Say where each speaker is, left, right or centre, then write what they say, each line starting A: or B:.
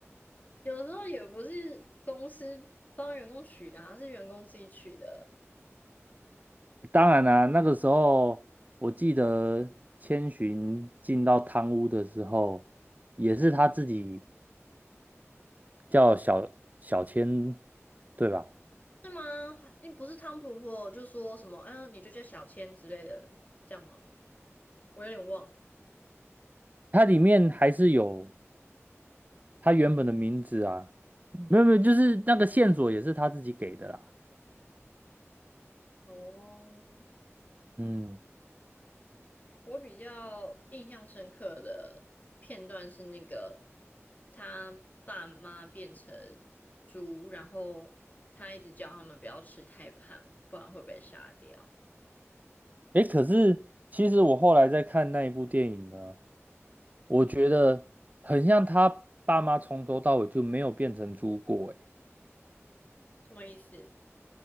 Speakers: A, on the left (about 35°); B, on the right (about 35°).
A: 有时候也不是公司帮员工取的而是员工自己取的。
B: 当然啦、那个时候我记得千寻进到汤屋的时候，也是他自己叫小小千，对吧？
A: 是吗？还不是汤婆婆就说什么，嗯、你就叫小千之类的，这样吗？我有点忘了。
B: 它里面还是有他原本的名字啊，没有没有，就是那个线索也是他自己给的啦。
A: 哦，
B: 嗯，
A: 我比较印象深刻的片段是那个他爸妈变成猪，然后他一直叫他们不要吃太胖，不然会被杀掉。
B: 诶，可是其实我后来在看那一部电影呢，我觉得很像他爸妈从头到尾就没有变成猪过，诶，
A: 什么意思？